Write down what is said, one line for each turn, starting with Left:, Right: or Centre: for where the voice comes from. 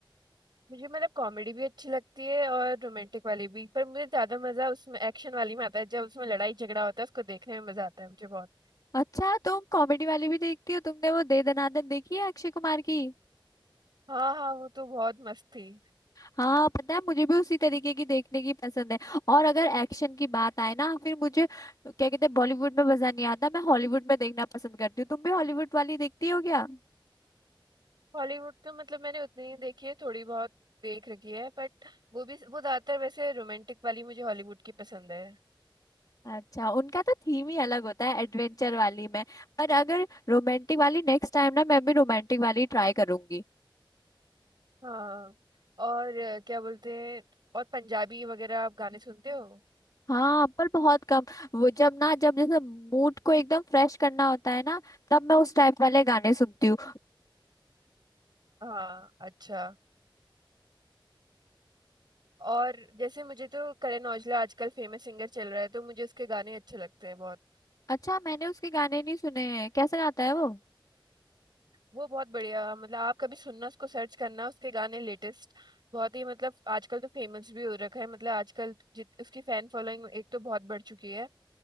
Right: मुझे मतलब कॉमेडी भी अच्छी लगती है और रोमांटिक वाली भी पर मुझे ज्यादा मजा उसमें एक्शन वाली में आता है जब उसमें लड़ाई झगड़ा होता है उसको देखने में मजा आता है मुझे बहुत
Left: अच्छा तुम कॉमेडी वाली भी देखती हो तुमने वो दे दनादन देखी है अक्षय कुमार की
Right: हाँ हाँ वो तो बहुत मस्त थी
Left: हाँ पता है मुझे भी उसी तरीके की देखने की पसंद है और अगर एक्शन की बात आए ना फिर मुझे क्या कहते हैं बॉलीवुड में मजा नहीं आता मैं हॉलीवुड में देखना पसंद करती हूँ तुम भी हॉलीवुड वाली देखती हो क्या
Right: हॉलीवुड तो मतलब मैंने उतनी ही देखी है थोड़ी बहुत देख रखी है बट वो भी वो ज्यादातर वैसे रोमांटिक वाली मुझे हॉलीवुड की पसंद है
Left: अच्छा उनका तो थीम ही अलग होता है एडवेंचर वाली में पर अगर रोमांटिक वाली नेक्स्ट टाइम ना मैं भी रोमांटिक वाली ट्राई करूंगी
Right: हाँ और अ, क्या बोलते हैं और पंजाबी वगैरह आप गाने सुनते हो
Left: हाँ पर बहुत कम वो जब ना जब जैसे मूड को एकदम फ्रेश करना होता है ना तब मैं उस टाइप वाले गाने सुनती हूँ
Right: हाँ अच्छा और जैसे मुझे तो करण औजला आजकल फेमस सिंगर चल रहा है तो मुझे उसके गाने अच्छे लगते हैं बहुत
Left: अच्छा मैंने उसके गाने नहीं सुने हैं कैसे गाता है वो
Right: वो बहुत बढ़िया मतलब आप कभी सुनना उसको सर्च करना उसके गाने लेटेस्ट बहुत ही मतलब आजकल तो फेमस भी हो रखा है मतलब आजकल जित उसकी फैन फॉलोइंग एक तो बहुत बढ़ चुकी है